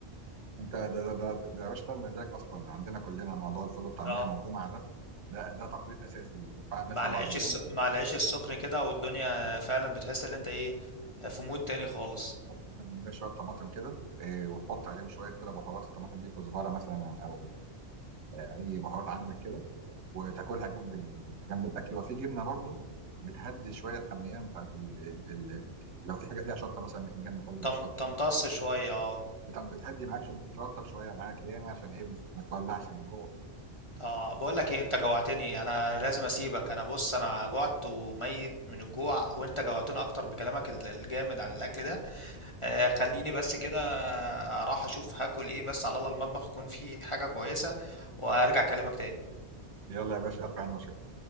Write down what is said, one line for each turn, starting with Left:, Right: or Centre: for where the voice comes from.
Right: انت ده ده ده ده يا باشا ده المزاج اصلا عندنا كلنا موضوع الفول والطعميه
Left: اه
Right: والجمعه ده ده ده تقليد اساسي فعلا
Left: مع
Right: نطلع
Left: العيش
Right: بعد الجمعه
Left: الس... مع العيش السخن كده والدنيا فعلا بتحس ان انت ايه في مود تاني خالص
Right: تحط انت بتبقى شويه طماطم كده إيه وتحط عليهم شويه كده بهارات الطماطم دي كزبره مثلا او آه، اي بهارات عندك كده وتاكلها جنب ال... جنب الاكل وفي جبنه برضو بتهدي شويه الحميان بتاعت ال... ال... ال... لو في حاجه فيها شطه مثلا بتنجان مخلل
Left: طم...
Right: بالشطه
Left: تمتص شوية اه
Right: بت- بتهدي معاك شو... بترطب شويه معاك يعني عشان ايه ما تولعش من جوه
Left: اه بقول لك ايه انت جوعتني انا لازم اسيبك انا بص انا جوعت وميت من الجوع وانت جوعتني اكتر بكلامك ال- الجامد عن الاكل ده
Right: <laughs>
Left: آه خليني بس كده اروح اشوف هاكل ايه بس على الله المطبخ يكون فيه حاجة كويسة وهرجع اكلمك تاني
Right: يلا يا باشا الف هنا وشفا